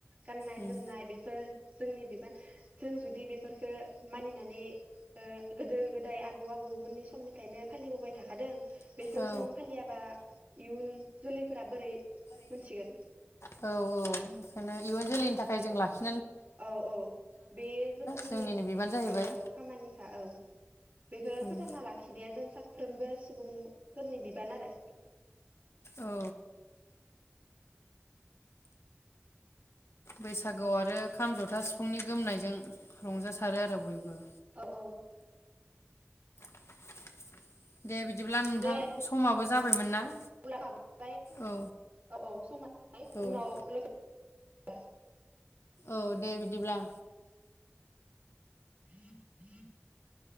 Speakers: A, on the right; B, on the left.
A: गाननाय-जोमनाय
B: उम
A: बेफोर जोंनि बिबान जों जुदि बेफोरफोरखौ मानिनानै गोदो गोदाय आबौ आबै मोननि समनिफ्रायनो फालिबोबाय थाखादों बेखौ
B: औ
A: जों फालियाबा इयुन जोलैफोरा बोरै
B: औ औ
A: मोनथिगोन
B: बे ओंखायनो इयुन जोलैनि थाखाय जों लाखि
A: औ औ बे जोंनि
B: जोंनिनो बिबान जाहैबाय
A: औ औ खामानिखा औ बेखो
B: उम
A: फोथांना लाखिनाया जों साब साफ्रोमबो सुबुंफोरनि बिबान आरो
B: औ। बैसागुआव आरो खाम जथा सिफुंनि गोमनायजों रंजाथारो आरो बयबो
A: औ औ।
B: <inaudible> दे बिदिब्ला नोंथां
A: दे
B: समाबो जाबायमोन ना
A: <unintelligible>
B: औ
A: औ औ समानाय
B: औ
A: उनाव लोगो दा
B: औ दे बिदिब्ला
A: <inaudible>